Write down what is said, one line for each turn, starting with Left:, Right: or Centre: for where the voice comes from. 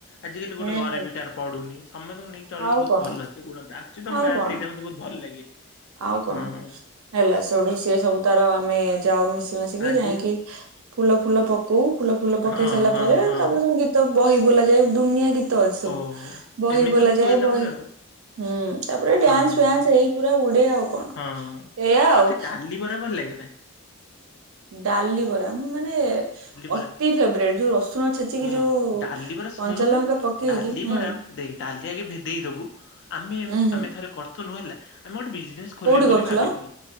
Left: ଆଜିକାଲି
Right: ହୁଁ
Left: ଗୋଟେ ଘରେ ବି କାହାର ପଡୁନି ସମତେଙ୍କୁ ନେଇକି ଚଳିବୁ
Right: ଆଉ
Left: ବହୁତ୍
Right: କଣ
Left: ଭଲ ସେ ଗୁଣ ଟା। ସେ ତମ
Right: ଆଉ
Left: ଗାଁ
Right: କଣ
Left: ସେଇଥିଆଇଁ ମତେ ବହୁତ୍ ଭଲ୍ ଲାଗେ
Right: ଆଉ କଣ
Left: ହଁ।
Right: ହେଲା ସେଠୁ ସିଏ ସବୁ ତାର ଆମେ ଯାଉ ମିଶି ମାଶିକି
Left: ଆଜି
Right: ଯାଇଁକି ଫୁଲ ଫୁଲ ପ କୋଉ ଫୁଲ ଫୁଲ ପକେଇ
Left: ହଁ
Right: ସାରିଲା
Left: ହଁ
Right: ପରେ
Left: ହଁ
Right: ତାପରେ ସବୁ ଗୀତ ବହି ବୋଲାଯାଏ ଦୁନିଆ ଗୀତ୍ ତ ଅଛି ସବୁ।
Left: ଓହୋ
Right: ବହି
Left: ଏମିତି
Right: ବୋଲା
Left: ସବୁ ହୁଏ
Right: ଯାଏ
Left: ତାପରେ
Right: ବହି
Left: ଆଉ
Right: ହୁଁ ତାପରେ ଡ୍ୟାନ୍ସ
Left: ହଁ
Right: ଫ୍ୟାନ୍ସ ହେଇ ପୁରା ଉଡେ ଆଉ। କଣ
Left: ହଁ
Right: ଏଇଆ ଆଉ
Left: ତତେ ଡାଲି ବରା ଭଲ୍ ଲାଗେନା?
Right: ଡାଲିବରା ମୁଁ ମାନେ
Left: ବରା।
Right: ଅତି ଫେବରେଟ୍ ଯୋଉ ରସୁଣ ଛେଚିକି
Left: ଶୁଣୁ
Right: ଯୋଉ
Left: ଡାଲି ବରା ଶୁଣୁନୁ
Right: କଞ୍ଚା ଲଙ୍କା ପକେଇକି
Left: ଡାଲିବରା
Right: ହୁଁ
Left: ଦେଖ୍ ଡାଲି ଆଗେ ଭେଦେଇଦବୁ ଆମେ
Right: ହୁଁ ହୁଁ
Left: ଆମେ ଥରେ କରୁଥୁନୁ ହେଲା ଆମେ ଗୋଟେ ବିଜ୍ ଖୋଲିମୁ
Right: କୋଉଠି
Left: ବୋଲି
Right: କରୁଥିଲ
Left: ଭାବିଥିନୁ